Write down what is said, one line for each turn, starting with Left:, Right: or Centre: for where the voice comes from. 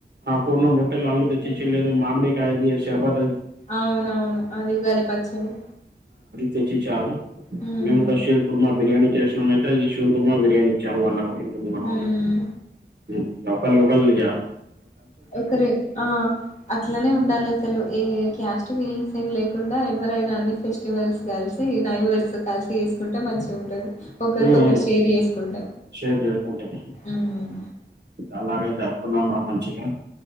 Right: ఆ పూర్ణం రొట్టెలు వాళ్లు తెచ్చిచెందిలేదు
Left: హ్మ్.
Right: మామిడి <unintelligible> శర్బత
Left: అవునవును అది ఉగాది పచ్చడి
Right: తెచ్చిచారు
Left: హ్మ్
Right: మేం కూడా షేర్ కుర్మా బిర్యానీ టెస్ట్ మేమయితే ఈష్ కుర్మ బిర్యానీ ఇచ్చాము వాళ్ళకి
Left: హ్మ్
Right: <unintelligible> ఉమ్ ఒకరికొకలిగా
Left: ఒకరే ఆ అట్లనే ఉండాలి అసలు ఏ క్యాస్ట్ ఫీలింగ్స్ అనా లేకుండా ఎవరైనా అన్ని ఫెస్టివల్స్ కలిసి నై వర్స్ కలిసి చేసుకుంటే మంచిగా ఉంటుంది ఒకరికొ
Right: ఉమ్,
Left: ఒకరు
Right: ఉమ్.
Left: షేర్ చేసుకుంట
Right: షేర్ చేసుకుంటాం
Left: ఉమ్
Right: అలాగే జరుపుకున్నాం మన మంచిగా